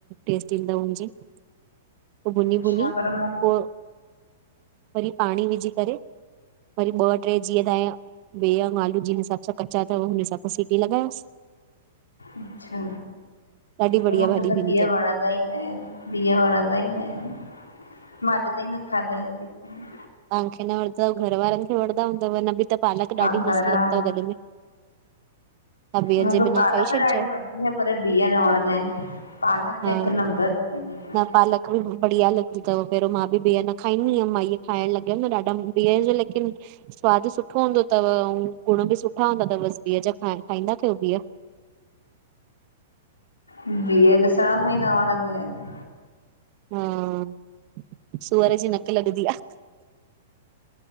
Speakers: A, on the right (about 40°); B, on the left (about 80°).
A: टेस्ट ईंदव मुंहिंजी पोइ भुञी
B: अच्छा
A: भूञी
B: पर मूं
A: पोइ वरी पाणी विझी करे वरी ॿ टे जीअं त बीह ऐं आलू जिन हिसाब सां कचा अथव हुन हिसाब सां सीटी लॻायोसि।
B: अच्छा
A: ॾाढी
B: त
A: बढ़िया
B: मूंखे
A: भाॼी
B: त
A: थींदी
B: बीह
A: अथव
B: वणंदा खादाई न आहिनि, बीह वणंदा ई न आहिनि, मां कॾहिं न खादा‌ ई आहिनि।
A: तव्हां खे न वणदव घर वारनि खे वणदा हूंदव न बि त पालक
B: ॻाढ़ा
A: ॾाढी मस्तु
B: वारा
A: लॻंदव गॾ में। तव्हां बिहनि
B: उहो
A: जे
B: जो
A: बिना
B: पालक
A: खाई छॾिजो
B: ॾाढी वणंदी <unintelligible> मूंखे पर बीह न वणंदा आहिनि। पालक
A: हा
B: हिकु नंबर आहे
A: न पालक बि बढ़िया लॻी अथव। पहिरीं मां बीह न खाईंदी हुअमि, मां इहे ठाइण लॻियमि न ॾाढा बीह जो लेकिन सवादु सुठो हूंदो अथव ऐं गुण बि सुठा हूंदा अथव बसि बीह जा। खा खाईंदा कयो बीह।
B: बीह ॾिसण में सां ई न वणंदा आहिनि।
A: हुं, सूअर जी नक लॻदी आह।